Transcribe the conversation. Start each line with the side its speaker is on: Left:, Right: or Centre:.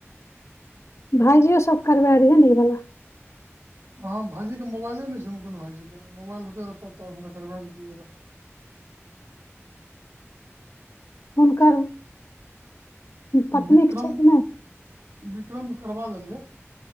Left: भायजी ओ सब करबै दि हैं ने ई वला
Right: हँ भाइजीके मोबाइल नहि छनि अपन भाइजीके मोबाइल रहतय रहय तब तऽ हुनका करबै देतियै रहऽ <inaudible>
Left: हुनकर पत्नीक
Right: विक्रम
Left: छै कि नहि
Right: विक्रम करबा देलियै